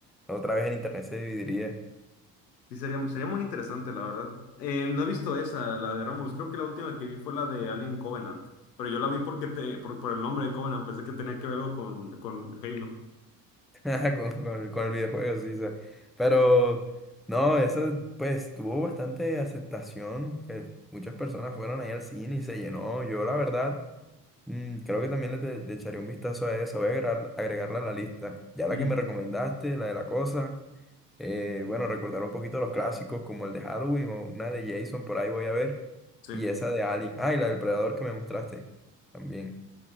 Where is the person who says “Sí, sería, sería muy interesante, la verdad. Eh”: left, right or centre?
Left